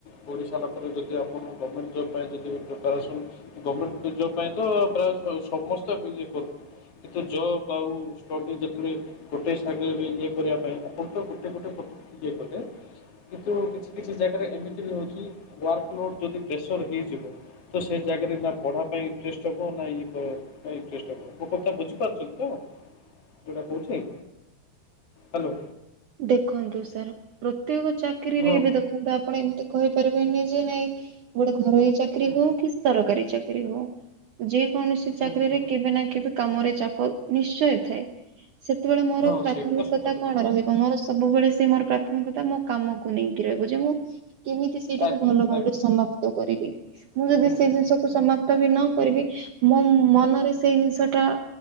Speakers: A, on the left; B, on the right.
A: ପଢ଼ି ସାରିଲା ପରେ ଯଦି ଆପଣ ଗମେଣ୍ଟ ଜବ। ପାଇଁ ଯଦି ବି ପ୍ରିପାରେସନ୍ ଗମେଣ୍ଟ ଜବ୍ ପାଇଁ ତ ପ୍ରାୟ ସ-ସମସ୍ତେ ବି ଇଏ କରୁ। କିନ୍ତ ଜବ୍ ଆଉ ଷ୍ଟଡ଼ି ଯେତେବେଳେ ଗୋଟେ ସାଙ୍ଗରେ ଇଏ କରିବା ପାଇଁ ଆପଣ ତ ଗୋଟେ ଗୋଟେ ପ ଇଏ କଲେ କିନ୍ତୁ କିଛି କିଛି ଜାଗାରେ ଏମିତି ବି ହଉଛି ୱାର୍କଲୋଡ଼୍ ଯଦି ପ୍ରେସର ହି ଯିବ ତ ସେ ଜାଗାରେ ନା ପଢ଼ା ପାଇଁ ଇଣ୍ଟରେଷ୍ଟ ରହିବ ନା ଇଏ ପା ପାଇଁ ଇଣ୍ଟରେଷ୍ଟ ରହିବ ମୋ କଥା ବୁଝି ପା ବୁଝି ପାରୁଛନ୍ତି ତ ଯୋଉଟା କହୁଛି ହାଲୋ।
B: ଦେଖନ୍ତୁ ସାର୍ ପ୍ରତ୍ୟେକ ଚାକିରିରେ
A: ହଁ
B: ଏବେ ଦେଖନ୍ତୁ ଆପଣ, ଏମିତି କହିପାରିବେନି ଯେ -ନାଇଁ ଗୋଟେ ଘରୋଇ ଚାକିରୀ
A: ହୁଁ
B: ହଉ କି ସରକାରୀ ଚାକିରି ହଉ, ଯେ କୌଣସି ଚାକିରୀରେ
A: ହୁଁ ହୁଁ
B: କେବେ ନା କେବେ କାମରେ ଚାପ ନିଶ୍ଚୟ ଥାଏ, ସେତେବେଳେ ମୋର
A: ହଁ
B: ପ୍ରାଥମିକତା
A: ସେଇଟା ତ ସତ କଥା
B: କଣ ରହିବ? ମୋର ସବୁବେଳେ ସେ ମୋର ପ୍ରାଥମିକତା ମୋ କାମକୁ ନେଇକି ରାଗୁଛି ମୁଁ କେମିତି ସେଇଟାକୁ
A: ଆଜ୍ଞା
B: ଭଲ ଭାବରେ
A: ଆଜ୍ଞା
B: ସମାପ୍ତ କରିବି ମୁଁ ଯଦି
A: ହୁଁ
B: ସେଇ
A: ହୁଁ
B: ଜିନିଷକୁ
A: ହୁଁ
B: ସମାପ୍ତ ବି ନ କରିବି ମୋ ମନରେ
A: ହୁଁ
B: ସେଇ ଜିନିଷଟା